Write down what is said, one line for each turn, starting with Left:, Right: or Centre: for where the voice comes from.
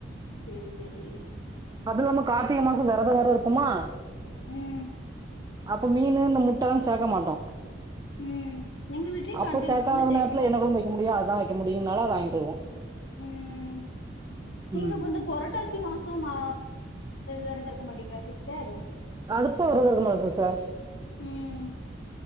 Left: சேரி சேரி
Right: அது இல்லாம கார்த்திக மாசம் விரத வேற இருப்போமா
Left: ம்
Right: அப்ப மீன் இந்த முட்ட எல்லா சேக்க மாட்டோ
Left: ம் எங்க வீட்லயு
Right: அப்ப
Left: கார்த்திக
Right: சேக்காத
Left: மாசம்னா சேக்க
Right: நேரத்துல
Left: மாட்டோ
Right: என்ன குழம்பு வைக்க முடியு அத வைக்க முடியுனால அத வாங்கிட்டு வருவோ
Left: உம் நீங்க
Right: ம்
Left: வந்து பொரட்டாசி மாச சும்மா வேறத இருக்க மாட்டீங்கள சிஸ்டர்
Right: அதுப்ப வர த இருக்கமாடோ சிஸ்டர்
Left: உம்